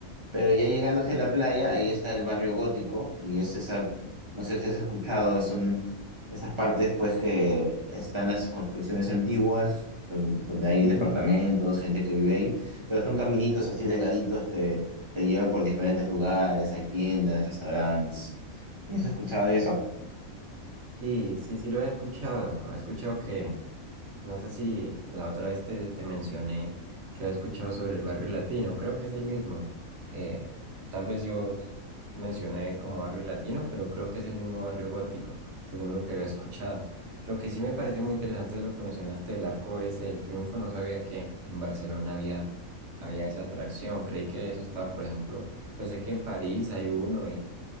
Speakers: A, on the right; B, on the right.
A: Pero ya llegando hacia la playa, ahí está el barrio gótico y es esa, no sé si has escuchado, son esas partes pues que están las construcciones antiguas, don- donde, hay
B: Ujú.
A: departamentos, gente que vive ahí, pero son caminitos así delgaditos que te llevan por diferentes lugares, hay tiendas, restaurantes. ¿Has escuchado de eso?
B: Sí, sí, sí lo he escuchado. He escuchado que, No sé si la otra vez te, te mencioné que había escuchado sobre el barrio latino, creo que es el mismo. Eh, tal vez yo mencioné como barrio latino, pero creo que es el mismo barrio gótico, según lo que había escuchado. Lo que sí me parece muy interesante es lo que mencionaste del arco ese del triunfo. No sabía que en Barcelona había, había esa atracción. Creí que eso estaba, por ejemplo, pues sé que en París hay uno